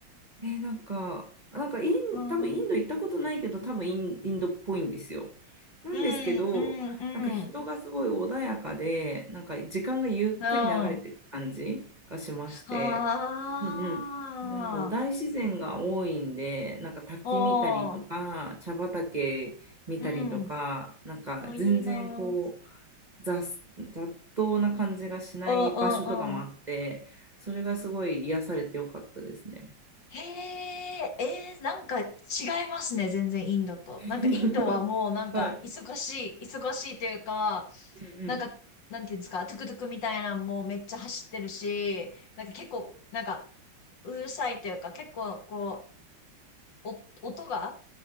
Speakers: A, on the right; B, on the left.
A: えーなんか、なんかイン、
B: うん。
A: 多分インド行ったことないけど、
B: うん。
A: 多分イン、インドっぽいんですよ。なんですけど、
B: うん。うん。
A: なんか人がすごい穏やかで、なんか時間がゆっくり流れてる感じがしまして、
B: うん。ああ。
A: うんうん。なんだろう大自然が多いんで、なんか滝見たりとか、
B: おー。
A: 茶畑見たりとか、
B: うん。
A: なんか全然こ
B: お、いいな。うん
A: う、雑、雑踏な感じがしない場所とかもあって、
B: うんうん。
A: それがすごい癒されてよかったですね。
B: へえ、えー、なんか違いますね、全然インドと。
A: <laughs>
B: なんかインドはもうなんか忙しい、
A: はい。
B: 忙しいというか、
A: うんうん。
B: なんか、なんていうんですか、トゥクトゥクみたいなのもめっちゃ走ってるし、なんか結構、なんか、うるさいというか、結構こう、お、音が、